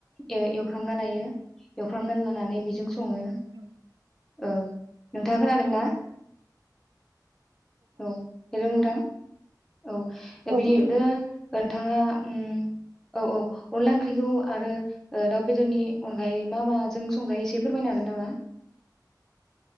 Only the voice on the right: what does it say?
औ
औ
खोनादों
दे